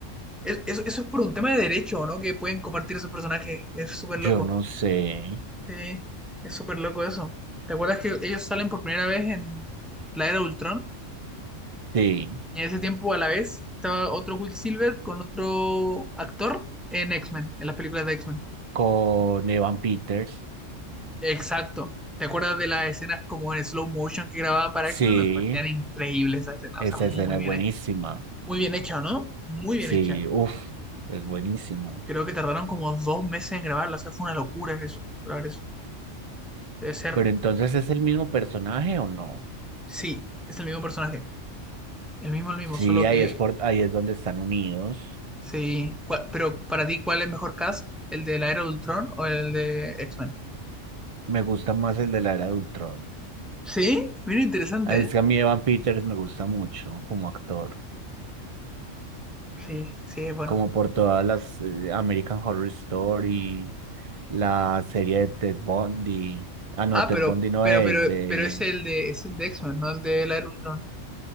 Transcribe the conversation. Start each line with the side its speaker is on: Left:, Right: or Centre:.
Centre: Es- eso, eso es por un tema de derecho, ¿no? Que pueden compartir esos personajes. Es súper
Right: Yo
Centre: loco.
Right: no sé.
Centre: Sí, es súper loco eso. ¿Te acuerdas que ellos salen por primera vez en la era de Ultron?
Right: Sí.
Centre: Y en ese tiempo a la vez estaba otro Quicksilver con otro actor en X-Men, en las películas de X-Men.
Right: con Evan Peters.
Centre: Exacto. ¿Te acuerdas de las escenas como en slow motion que grababan para X-Men?
Right: Sí,
Centre: Me parecían increíbles esas escenas.
Right: esa
Centre: O sea, muy
Right: escena
Centre: bien
Right: es buenísima.
Centre: hecha. Muy bien hecha, ¿no? Muy
Right: Sí,
Centre: bien hecha.
Right: uff, es buenísima.
Centre: Creo que tardaron como dos meses en grabarla. O sea, fue una locura eso, lograr eso. Debe ser.
Right: Pero entonces, ¿es el mismo personaje o no?
Centre: Sí, es el mismo personaje. El mismo, el mismo,
Right: Sí,
Centre: solo
Right: ahí
Centre: que.
Right: es, por, ahí es donde están unidos.
Centre: Sí. ¿Cuál- pero para ti, ¿cuál es mejor cast? ¿El de la Era de Ultron o el de X-Men?
Right: Me gusta más el de la era de Ultron.
Centre: Sí, mira, interesante,
Right: Ah, Es
Centre: ¿eh?
Right: que a mí Evan Peters me gusta mucho como actor,
Centre: Sí, sí, es bueno.
Right: como por todas las eh, American Horror Story, la serie de Ted Bundy. Ah, no,
Centre: Ah,
Right: Ted
Centre: pero,
Right: Bundy no
Centre: pero,
Right: es
Centre: pero,
Right: de...
Centre: pero es el de, es el de X-Men, no el de la Era de Ultron.